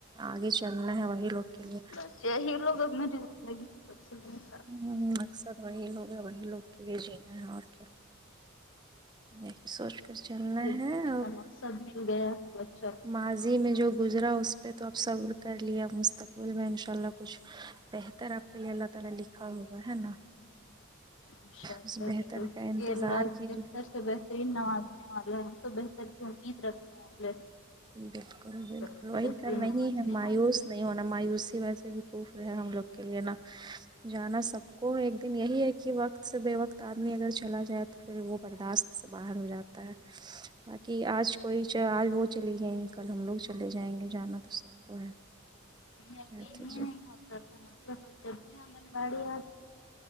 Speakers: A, on the right; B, on the left.
A: آگے چلنا ہے وہی لوگ کے لیے
B: بس یہی لوگ اب میری زندگی میں سب کچھ ہے
A: ہوں اکثر وہی لوگ ہیں وہی لوگ کے لیے جینا ہے اور کیا یہی سوچ کر چلنا
B: جینے
A: ہے اب
B: کا مقصد مل گیا ہے بچہ کو
A: ماضی میں جو گزرا اس پہ تو اب صبر کر لیا مستقبل میں ان شاء اللہ کچھ بہتر آپ کے لیے اللہ تعالی لکھا ہوگا ہے نا
B: انشاء
A: اس
B: اللہ
A: بہتر
B: ضرور
A: کا
B: کیوںکہ
A: انتظار
B: اللہ
A: کیجیے
B: بہتر سے بہترین نوازنے والے ہے تو بہتر کی امید رکھنے والے
A: بالکل بالکل
B: تو
A: وہی
B: بہترین
A: کر رہی
B: نوازنے
A: ہیں مایوس
B: والا ہے
A: نہیں ہونا مایوسی ویسے بھی کفر ہے ہم لوگ کے لے نا جانا سب کو ایک دن یہی ہے کہ وقت سے بے وقت آدمی اگر چلا جائے تو پھر وہ برداشت سے باہر ہو جاتا ہے باقی آج کوئی آج وہ چلی گئیں کل ہم لوگ چلے جائیں گے جانا تو سب کو ہے
B: یقین
A: کیا کیجیے
B: ہی نہیں ہوتا تھا مطلب وہ جب بھی آنگن واڑی آتی